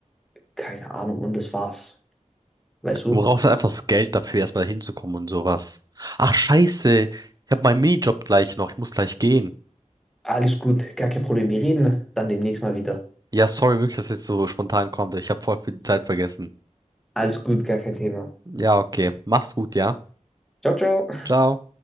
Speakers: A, in the centre; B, on the right (about 30°).
A: Keine Ahnung, und das war's. Weißt du?
B: Du brauchst halt einfach das Geld dafür, erstmal hinzukommen und sowas. Ach, scheiße. Ich habe meinen Minijob gleich noch. Ich muss gleich gehen.
A: Alles gut, gar kein Problem. Wir reden dann demnächst mal wieder.
B: Ja, sorry wirklich, dass es jetzt so spontan kommt. Ich habe voll viel Zeit vergessen.
A: Alles gut, gar kein Thema.
B: Ja, okay. Mach's gut, ja.
A: Ciao, ciao.
B: Ciao.